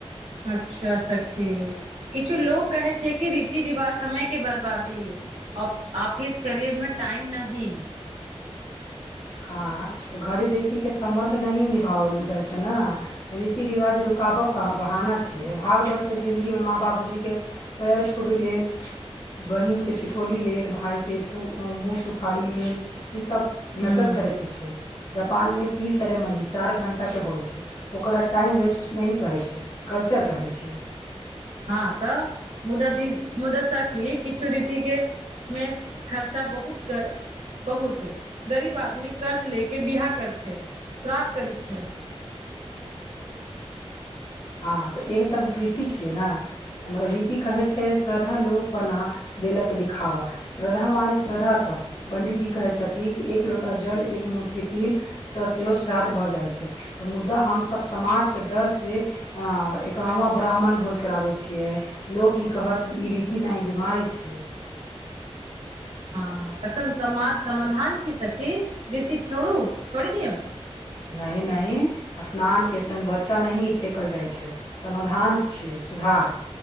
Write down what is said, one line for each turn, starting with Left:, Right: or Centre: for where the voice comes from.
Right: अच्छा सखी किछु लोक कहै छै कि रीति रिवाज समय केँ बर्बादी अब आफिस करियर में टाइम नहीं-
Left: हँ तऽ घड़ी देखी केँ सम्बन्ध नहीं निभाओल जाइ छै न रीति रिवाज रुकाबक कहब बहाना छियै भागदौड़के जिन्दगीमे माँ बाबूजी केँ पैर छुबी लेल बहिनसँ ठिठौली लेल भाय केँ पु मुँह उखाड़ी लेल ईसभ
Right: हूँ
Left: मेटल थेरेपी छै जापान में टी सेरेमनी चार घण्टा केँ होइ छै। ओकरा टाइम वेस्ट नही कहैत छै कल्चर कहै छियै।
Right: हँ तऽ मुदा दी मुदा सखी किछु रीति केँ में खर्चा बहुत कऽ बहुत गरीब आदमी कर्ज लेके बियाह कर छै श्राद्ध करै छै।
Left: हँ तऽ इ तऽ विकृति छियै न हमरा रीति कहै छै श्रद्ध लोक बना देलक देखिखावा श्रद्धा मानै श्रद्धासभ पण्डीजी कहै छथिन कि एक लोटा जल एक मुठ्ठी तिल स सेहो श्राद्ध भऽ जाइत छै तऽ मुदा हमसभ समाज केँ डर से हँ एकाम्हा ब्राह्मण भोज कराबै छियै लोक ई कहत कि ई रीति नै बीमारी छियै।
Right: हँ तखन समाज समाधान की सखी रीति छोरु छोड़ि दियौ
Left: नहीं नहीं स्नानकेँ संगे बच्चा नहीं फेकल जाइ छै। समाधान छियै सुधार